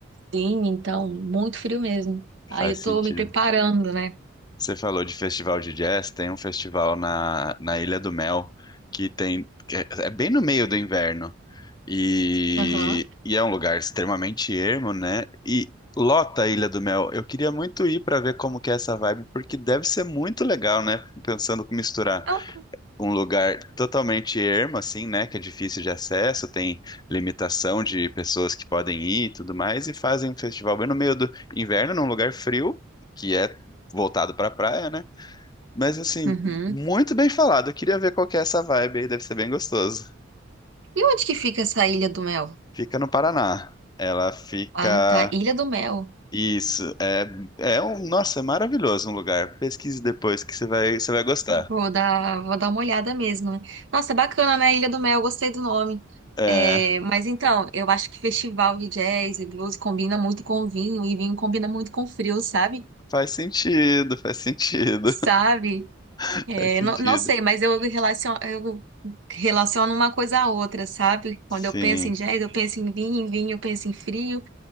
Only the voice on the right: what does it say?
Sim, então, muito frio mesmo.
Aí eu
tô me preparando, né?
Aham.
Ah, tá.
Uhum.
E onde que fica essa Ilha do Mel?
Ah, tá. Ilha do Mel.
Vou dar, vou dar uma olhada mesmo. né? Nossa, bacana, né? Ilha do Mel, gostei do nome.
É, mas então, eu acho que festival de jazz e blues combina muito com vinho, e vinho combina muito com frio, sabe?
Sabe?
É,
não, não sei, mas eu relaciono, eu relaciono uma coisa à outra, sabe?
Quando eu penso em jazz, eu penso em vinho, em vinho eu penso em frio,